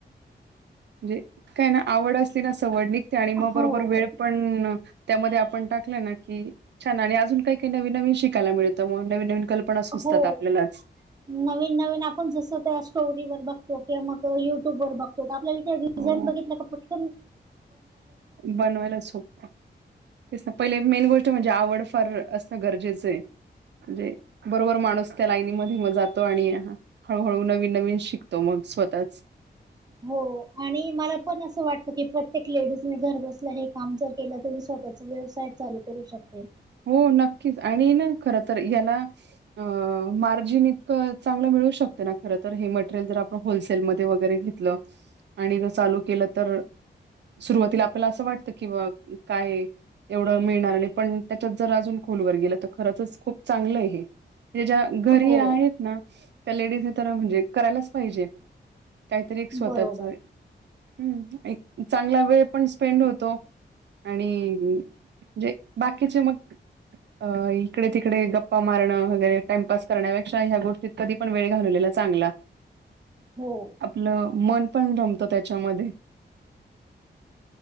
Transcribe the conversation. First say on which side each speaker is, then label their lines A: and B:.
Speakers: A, on the right; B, on the right.
A: म्हणजे काय ना, आवड असते ना, सवड निघते. आणि मग
B: हो
A: बरोबर वेळ पण त्यामध्ये आपण टाकलं ना की. छान. आणि अजून काही काही नवीन नवीन शिकायला मिळतं म. नवीन नवीन कल्पना सुचतात
B: हो
A: आपल्यालाच.
B: नवीन नवीन आपण जसं त्या स्टोरीवर बघतो. किंवा मग युट्यूब वर बघतो. आपल्याला रिझाईन
A: हो,
B: बघितलं का? फटकन
A: बनवायला सोपं. ते ना पहिले मेन गोष्ट म्हणजे आवड फार असणं गरजेचंय. म्हणजे बरोबर माणूस त्या लाईनीमध्ये म जातो. आणि ह हळूहळू नवीन नवीन शिकतो मग, स्वतःच.
B: हो. आणि मला पण असं वाटतं की. प्रत्येक लेडीजने घर बसल्या हे काम जर केला तरी, स्वतःचा व्यवसाय चालू करू शकते.
A: हो नक्कीच, आणि ना खर तर याला अ मार्जिन इतकं चांगलं मिळू शकतं ना खर तर. हे मटेरियल जर आपण होलसेलमध्ये वगैरे घेत आणि ज चालू केलं तर. सुरुवातीला आपल्याला असं वाटतं की बा. काय एवढं मिळणार नाही. पण त्याच्यात जर अजून खोलवर गेलं तर. खरचच खूप चांगलंय हे. म्हणजे ज्या घरी
B: हो
A: आहेत ना. त्या लेडीजने तर म्हणजे करायलाच पाहिजे. काहीतरी एक स्वतःच.
B: बरोबर
A: हम्म. एक चांगला वेळ पण स्पेंड होतो. आणि म्हजे बाकीचे मग अ इकडे तिकडे गप्पा मारणं, वगैरे टाइमपास करण्यापेक्षा ह्या, गोष्टी कधी पण वेळ घालवलेला चांगला.
B: हो.
A: आपलं मन पण रमत. त्याच्यामध्ये.